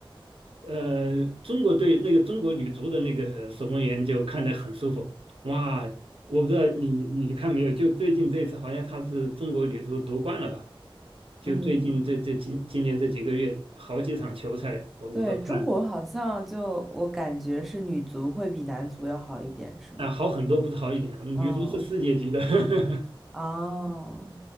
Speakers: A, on the right (about 75°); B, in the centre.
A: 呃，中国队那个中国女足的那个守门员就看得很舒服。哇，我不知道你你看没有？就最近这次好像她是中国女足夺冠了吧？就最近这这今今年这几个月好几场球赛我我都看了。
B: 嗯，对，中国好像就我感觉是女足会比男足要好一点，是吗？
A: 啊，好很多，不是好一点。
B: 嗯。
A: 女足是世界级的，<laughs>
B: 哦，